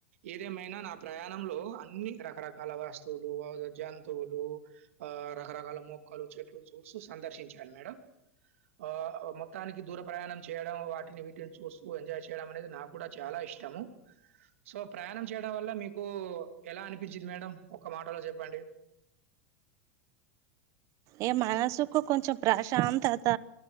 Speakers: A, on the right; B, on the right.
A: ఏదేమైనా నా ప్రయా ప్రాణం లో అన్ని రకరకాల వస్తువులు జంతువులు ఆ రకరకాల మొక్కలు చెట్లు చూస్తూ సందర్శించాను మేడం ఆ మొత్తానికి దూర ప్రయాణం చేయడం వాటిని వీటిని చూస్తూ ఎంజాయ్ చేయడం అనేది నాకు కూడా చాలా ఇష్టము సో ప్రయాణం చేయడం వల్ల మీకు ఎలా అనిపించిది మేడం ఒక మాటలో చెప్పండి.
B: ఏ మనసుకు కొంచెం ప్రశాంతత